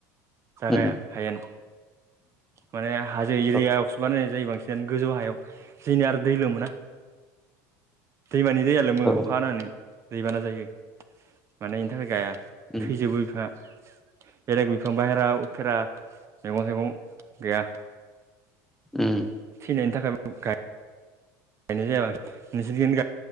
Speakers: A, on the right; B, in the centre.
A: जागाया
B: उम
A: हायेन। माने हाजो एरियायावसो
B: औ
A: बानायनाय जायो बांसिन गोजौ हायाव जोंनिया आरो दैलोमो ना। दैमानि दैया लोमो
B: औ
A: अखा हानानै दैबाना जायो। मानि इनि थाखाय गाया
B: उम
A: थैजोबो बिफाङा बेलेग बिफां बाहेरा उफेरा मैगं थाइगं गैया।
B: उ <inaudible>
A: फिसानायनि थाखाय गाइ गायनाय जाबाय नोंसोर